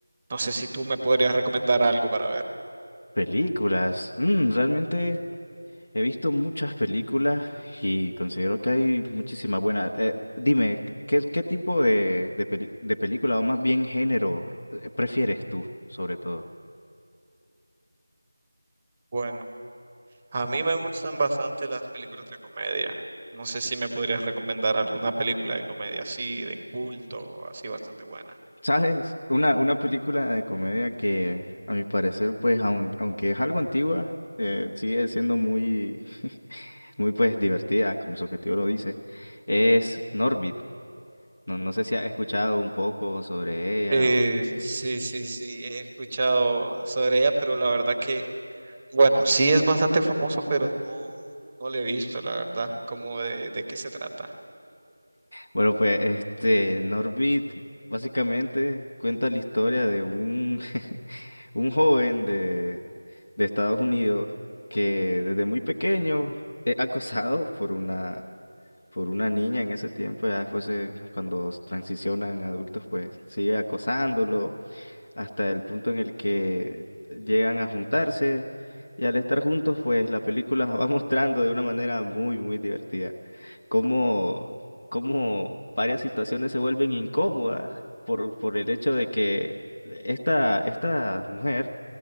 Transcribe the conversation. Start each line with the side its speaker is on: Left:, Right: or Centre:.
Right: no sé si tú me podrías recomendar algo para ver.
Left: Películas. Mm, realmente he visto muchas películas y considero que hay muchísimas buenas. Eh, dime, ¿qué, qué tipo de, de, peli- de película o más bien género eh, prefieres tú, sobre todo?
Right: Bueno, a mí me gustan bastante las películas de comedia. No sé si me podrías recomendar alguna película de comedia así, de culto, así bastante buena.
Left: ¿Sabes? Una, una película de comedia que, a mi parecer, pues, aun- aunque es algo antigua, eh, sigue siendo muy, <laughs> muy, pues, divertida, como su objetivo lo dice, es Norbit. No, no sé si has escuchado un poco sobre ella
Right: Eh,
Left: o...
Right: sí, sí, sí, he escuchado sobre ella, pero la verdad que, bueno, sí es bastante famoso, pero no, no le he visto, la verdad, como de, de qué se trata.
Left: Bueno, pues este Norbit básicamente cuenta la historia de un, <laughs> un joven de, de Estados Unidos que desde muy pequeño es acosado por una, por una niña en ese tiempo, ya después se- cuando transicionan a adultos, pues sigue acosándolo. hasta el punto en el que llegan a juntarse y al estar juntos, pues la película <laughs> va mostrando de una manera muy, muy divertida cómo, cómo varias situaciones se vuelven incómodas por, por el hecho de que esta, esta mujer